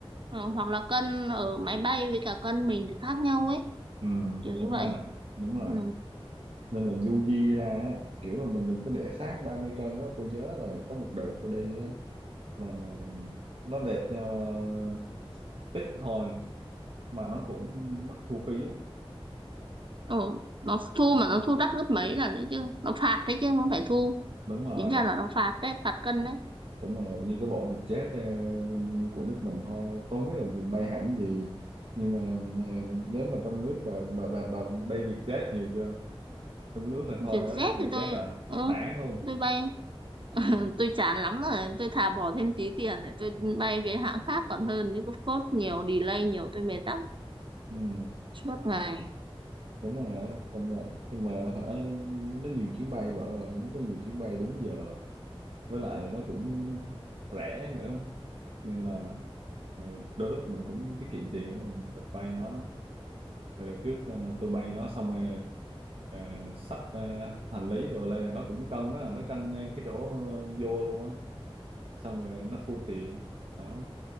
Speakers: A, on the right; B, on the right.
A: Ừ, hoặc là cân ở máy bay với cả cân mình thì khác nhau ấy.
B: ừ,
A: Kiểu như
B: đúng
A: vậy.
B: rồi đúng rồi
A: Ừ.
B: nên là du di ra á, kiểu là mình đừng có để xác 30 cân quá tôi nhớ là có một đợt tôi đi á, là nó đẹp nhau ờ, ít thôi mà nó cũng mắc thu phí á.
A: Ừ. Nó thu mà nó thu đắt gấp mấy lần đấy chứ. Nó phạt đấy chứ không phải thu.
B: đúng rồi
A: tính ra là nó phạt đấy phạt cân đấy
B: đúng rồi như cái bộ vietjet ờ, của nước mình thôi tôi không biết là mình bay hãng gì nhưng mà mà nếu mà trong nước bà bà bà, bà bay vietjet nhiều chưa trong nước thì thôi
A: chuyển Z
B: á vietjet
A: thì tôi
B: là
A: ừ,
B: nản luôn
A: tôi bay <laughs> tôi chán lắm rồi tôi thà bỏ thêm tí tiền để tôi bay với hãng khác còn hơn chứ cứ phốt nhiều delay nhiều tôi mệt lắm
B: ừ,
A: suốt ngày
B: đúng rồi á công nhận nhưng mà hả, nó nhiều chuyến bay vợ ơi nó có nhiều chuyến bay đúng giờ với lại nó cũng rẻ nữa nên là ờ, đôi lúc mình cũng tiết kiệm tiền á, mình mình bay nó Thì đợt trước ờ, tôi bay nó xong rồi ờ, xách ờ, hành lý rồi đây là nó cũng cân đó nó cân ngay cái chỗ ờ, vô luôn á xong rồi nó thu tiền đó.